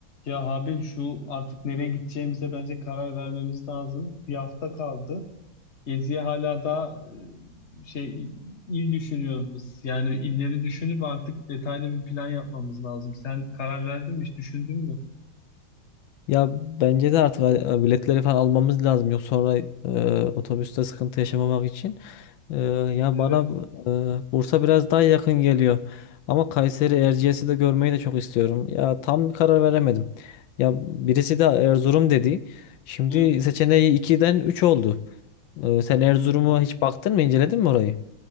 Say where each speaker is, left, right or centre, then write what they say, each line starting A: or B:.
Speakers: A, on the left; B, on the left.
A: Ya Habil şu artık nereye gideceğimize bence karar vermemiz lazım. Bir hafta kaldı. Geziye hala da e, şey il il düşünüyoruz biz. Yani illeri düşünüp artık detaylı bir plan yapmamız lazım. Sen karar verdin mi? Hiç düşündün mü?
B: Ya bence de artık e, biletleri falan almamız lazım. Yok sonra e, otobüste sıkıntı yaşamamak için. E, ya
A: Evet.
B: bana e, Bursa biraz daha yakın geliyor. Ama Kayseri Erciyes'i de görmeyi de çok istiyorum. Ya tam bir karar veremedim. Ya birisi de Erzurum dedi. Şimdi
A: Hı.
B: seçeneği iki'den 3 oldu. E, sen Erzurum'a
A: Hı.
B: hiç baktın mı, inceledin mi orayı?